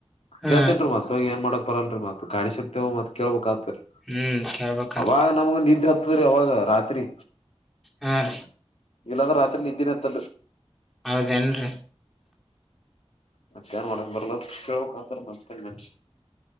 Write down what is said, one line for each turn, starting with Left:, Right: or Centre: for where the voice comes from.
Centre: ಹಾ
Left: ಕೇಳ್ತೇನ್ ಮತ್ ಈಗ ಏನ್ ಮಾಡಾಕ್ ಬರಲ್ರರಿ ಮತ್ ಕಡಿಸತೇವ ಮತ್ ಕೇಳ್ಬಕ್ ಆತರಿ
Centre: ಹ್ಮ್ ಕೇಳ್ಬೇಕತ್
Left: ಅವಾಗ ನಮಗ ನಿದ್ದೆ ಹತ್ತದ್ರಿ ಅವಾಗ ರಾತ್ರಿ
Centre: ಹಾ ರೀ
Left: ಇಲ್ಲಾಂದ್ರೆ ರಾತ್ರಿ ನಿದ್ದೆನ್ ತ
Centre: ಹೌದೇನ್ರಿ
Left: ಮತ್ತೇನ್ ಮಾಡಕ್ ಬರಲ್ಲ ಕೇಳ್ಬೇಕ್ ಆತದ ಮತ್ತೇನ್ ಮನುಷ್ಯ